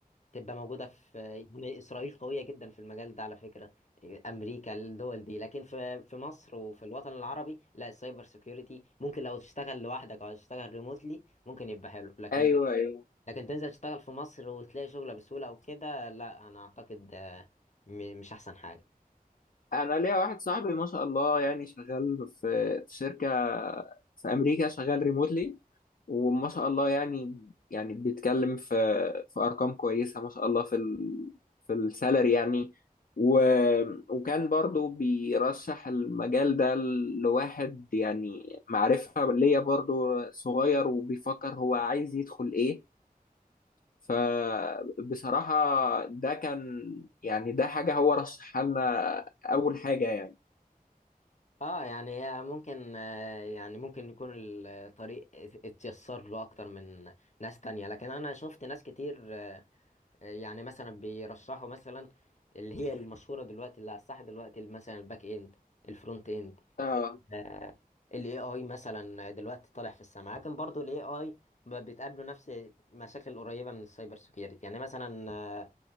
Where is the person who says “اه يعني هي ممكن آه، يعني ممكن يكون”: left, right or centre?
Left